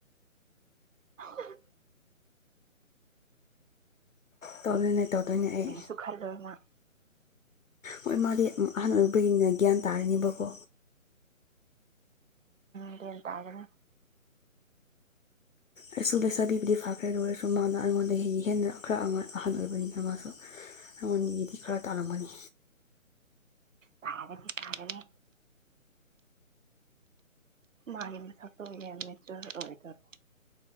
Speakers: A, on the right; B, on the left.
A: <unintelligible>
B: ꯇꯧꯗꯣꯏꯅꯦ ꯇꯧꯗꯣꯏꯅꯦ ꯑꯩ
A: ꯁꯨ ꯈꯜꯂꯣꯏꯅ
B: ꯍꯣꯏ ꯃꯥꯗꯤ ꯑꯍꯥꯟꯕ ꯑꯣꯏ ꯑꯣꯏꯅꯤꯅ ꯒ꯭ꯌꯥꯟ ꯇꯥꯔꯤꯅꯦꯕꯀꯣ
A: <unintelligible> ꯇꯥꯒꯅꯤ
B: ꯑꯩꯁꯨ ꯂꯩꯁꯥꯕꯤꯕꯨꯗꯤ ꯐꯈ꯭ꯔꯦ ꯑꯗꯨ ꯑꯣꯏꯔꯁꯨ ꯃꯥꯅ ꯑꯩꯉꯣꯟꯗ ꯍꯦꯟꯅ ꯈꯔ ꯑꯍꯟ ꯑꯣꯏꯕꯅꯤꯅ ꯃꯥꯁꯨ ꯑꯩꯉꯣꯟꯗꯒꯤꯗꯤ ꯈꯔ ꯇꯥꯜꯂꯝꯒꯅꯤ
A: ꯇꯥꯒꯅꯤ ꯇꯥꯒꯅꯤ ꯃꯥꯒꯤ ꯃꯁꯛꯇꯣ ꯌꯥꯝ ꯅꯦꯆ ꯑꯣꯏꯗꯔꯣ